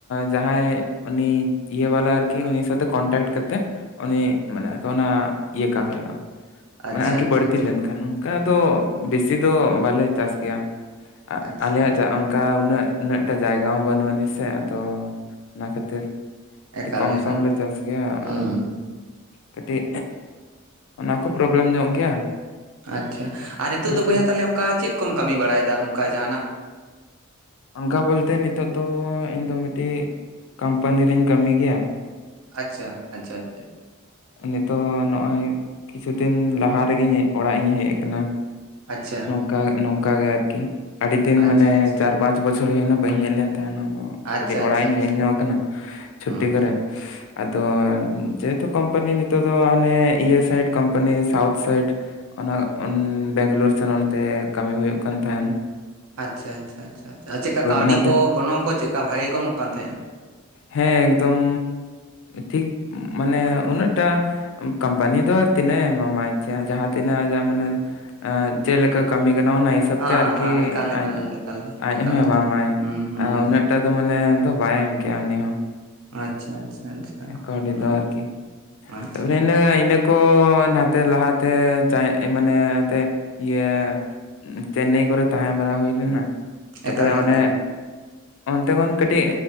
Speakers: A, on the left; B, on the right.
A: ᱡᱟᱦᱟᱸᱭ ᱩᱱᱤ ᱤᱭᱟᱹ ᱵᱟᱞᱟ ᱟᱨᱠᱤ ᱩᱱᱤ ᱥᱟᱛᱮᱜ ᱠᱚᱱᱴᱮᱠᱴ ᱠᱟᱛᱮᱫ ᱩᱱᱤ ᱢᱟᱱᱮ ᱚᱱᱟ ᱤᱭᱟᱹᱠᱟ ᱦᱩᱭᱩᱜᱼᱟ᱾
B: ᱟᱪᱪᱷᱟ
A: ᱢᱟᱱᱮ ᱟᱨᱠᱤ
B: ᱟᱪᱪᱷᱟ
A: ᱵᱟᱹᱲᱛᱤ
B: ᱟᱪᱪᱷᱟ
A: ᱞᱮᱱᱠᱷᱟᱱ ᱚᱱᱠᱟ ᱫᱚ ᱵᱮᱥᱤ ᱫᱚ ᱵᱟᱞᱮ ᱪᱟᱥ ᱜᱮᱭᱟ᱾
B: ᱟᱪᱪᱷᱟ
A: ᱟᱞᱮᱭᱟᱜ ᱡᱟ ᱚᱱᱠᱟ ᱩᱱᱟᱹᱜ ᱩᱱᱟᱹᱜ ᱴᱟ ᱡᱟᱭᱜᱟ ᱦᱚᱸ ᱵᱟᱹᱱᱩᱜ ᱟᱹᱱᱤᱡ ᱥᱮ ᱟᱫᱚ ᱚᱱᱟ ᱠᱷᱟᱹᱛᱤᱨ ᱟᱹᱰᱤ
B: ᱮᱠᱟᱞ
A: ᱠᱚᱢ
B: ᱮᱠᱟᱞ
A: ᱥᱚᱢᱞᱮ ᱪᱟᱥ ᱜᱮᱭᱟ
B: ᱦᱩᱸ
A: ᱟᱨ ᱠᱟᱹᱴᱤᱡ ᱚᱱᱟ ᱠᱚ ᱯᱨᱚᱵᱞᱮᱢ ᱧᱚᱜ ᱜᱮᱭᱟ᱾
B: ᱟᱪᱪᱷᱟ ᱟᱨ ᱱᱤᱛᱚᱜ
A: ᱚᱱᱟ
B: ᱫᱚ
A: ᱯᱨᱚ
B: ᱵᱚᱭᱦᱟ ᱛᱟᱞᱚᱦᱮ ᱚᱱᱠᱟ ᱪᱮᱫ ᱠᱚᱢ ᱠᱟᱹᱢᱤ ᱵᱟᱲᱟᱭᱮᱫᱟ ᱚᱱᱠᱟ ᱡᱟᱦᱟᱱᱟᱜ
A: ᱚᱱᱠᱟ ᱵᱚᱞᱛᱮ ᱱᱤᱛᱚᱜ ᱫᱚ ᱤᱧ ᱫᱚ ᱢᱤᱫᱴᱤᱡ ᱠᱳᱢᱯᱟᱱᱤ ᱨᱤᱧ ᱠᱟᱹᱢᱤ ᱜᱮᱭᱟ᱾
B: ᱟᱪᱪᱷᱟ ᱟᱪᱪᱷᱟ ᱟᱪᱪᱷᱟ
A: ᱱᱤᱛᱚᱜ ᱱᱚᱜᱼᱚᱭ ᱠᱤᱪᱷᱩ ᱫᱤᱱ ᱞᱟᱦᱟ ᱨᱮᱜᱮ ᱚᱲᱟᱜ ᱤᱧ ᱦᱮᱡ ᱟᱠᱟᱱᱟ᱾
B: ᱟᱪᱪᱷᱟ
A: ᱠᱟ ᱱᱚᱱᱠᱟ ᱱᱚᱝᱠᱟ ᱜᱮ ᱟᱨᱠᱤ ᱟᱰᱤ ᱫᱤᱱ
B: ᱟᱪᱪᱷᱟ
A: ᱢᱟᱱᱮ
B: ᱟᱪᱪᱷᱟ
A: ᱪᱟᱨ ᱯᱟᱸᱪ ᱵᱚᱪᱷᱚᱨ ᱦᱩᱭᱱᱟ ᱵᱟᱹᱧ ᱦᱮᱡ ᱞᱮᱱ ᱛᱟᱦᱮᱱᱟ ᱫᱚ
B: ᱟᱪᱪᱷᱟ
A: ᱠᱟᱹᱴᱤᱡ ᱚᱲᱟᱜ ᱤᱧ
B: ᱟᱪᱪᱷᱟ
A: ᱦᱮᱡ
B: ᱟᱪᱪᱷᱟ
A: ᱧᱚᱜ ᱟᱠᱟᱱᱟ ᱪᱷᱩᱴᱤ
B: ᱦᱩᱸ
A: ᱠᱚᱨᱮ
B: <inaudible>
A: ᱟᱫᱚ ᱡᱮᱦᱮᱛᱩ ᱠᱚᱢᱯᱟᱱᱤ ᱱᱤᱛᱚᱜ ᱫᱚ ᱦᱟᱱᱮ ᱤᱭᱟᱹ ᱥᱟᱭᱮᱰ ᱠᱳᱢᱯᱟᱱᱤ ᱥᱟᱣᱩᱛᱷ ᱥᱟᱭᱤᱰ ᱚᱱᱟ ᱚᱱ ᱵᱮᱝᱜᱞᱳᱨ ᱥᱳᱱ ᱚᱱᱛᱮ ᱠᱟᱢᱤ ᱦᱩᱭᱩᱜ ᱠᱟᱱ ᱛᱟᱦᱮᱱ,
B: ᱟᱪᱪᱷᱟ ᱟᱪᱪᱷᱟ ᱟᱪᱷᱟᱷᱟ, ᱪᱮᱫᱠᱟ ᱠᱟᱣᱰᱤ
A: ᱱᱟᱛᱮ
B: ᱠᱚ ᱜᱚᱱᱚᱝ ᱠᱚ ᱪᱮᱫ ᱞᱮᱠᱟ ᱵᱷᱟᱜᱮ ᱠᱚ ᱮᱢᱚᱜ ᱠᱟᱱ ᱛᱟᱦᱮᱸᱼᱟ?
A: ᱦᱮᱸ ᱮᱠᱫᱚᱢ ᱴᱷᱤᱠ ᱢᱟᱱᱮ ᱩᱱᱟᱹᱜ ᱴᱟ ᱠᱳᱢᱯᱟᱱᱤ ᱫᱚ ᱛᱤᱱᱟᱹᱜ ᱮᱢᱟᱢᱟᱭ ᱡᱟᱦᱟᱸ ᱛᱤᱱᱟᱹᱜ ᱟᱡᱟᱜ ᱢᱟᱱᱮ ᱟ ᱪᱮᱫ ᱞᱮᱠᱟ ᱠᱟᱢᱤ ᱠᱟᱱᱟ ᱚᱱᱟ ᱦᱤᱥᱟᱹᱵ
B: ᱦᱮᱸ
A: ᱛᱮ ᱟᱨᱠᱤ
B: ᱦᱮᱸ ᱮᱠᱟᱞ ᱮᱠᱟᱞ
A: ᱟᱡ
B: ᱮᱠᱟᱞ
A: ᱟᱡ
B: ᱮᱠᱟᱞ
A: ᱦᱚᱸᱭ ᱮᱢᱟᱢᱟᱭ,
B: ᱮᱠᱟᱞ ᱦᱩᱸ ᱦᱩᱸ
A: ᱟ ᱩᱱᱟᱹᱜ ᱴᱟ ᱫᱚ ᱢᱟᱱᱮ ᱫᱚ ᱵᱟᱭ ᱮᱢ ᱠᱮᱭᱟ ᱩᱱᱤ ᱦᱚᱸ᱾
B: ᱟᱪᱪᱷᱟ ᱟᱪᱪᱷᱟ ᱟᱪᱪᱷᱟ
A: ᱠᱟᱣᱰᱤ
B: ᱦᱩᱸ,
A: ᱫᱚ ᱟᱨᱠᱤ,
B: ᱟᱪᱪᱷᱟ
A: <unintelligible> ᱤᱱᱟᱹ ᱠᱚ ᱱᱟᱛᱷᱮ ᱞᱟᱦᱟᱛᱮ ᱢᱟᱱᱮ ᱮᱱᱛᱮ ᱤᱭᱟᱹ ᱪᱮᱱᱱᱟᱭ ᱠᱚᱨᱮ ᱛᱟᱦᱮᱸ ᱵᱟᱨᱟ ᱦᱩᱭ ᱞᱮᱱᱟ᱾ ᱛᱟᱯᱚᱨᱮ
B: ᱮᱠᱟᱞ ᱮᱠᱟᱞ
A: ᱚᱱᱮ ᱚᱱᱼᱚᱱᱛᱮ ᱠᱷᱚᱱ ᱠᱟᱹᱴᱤᱡ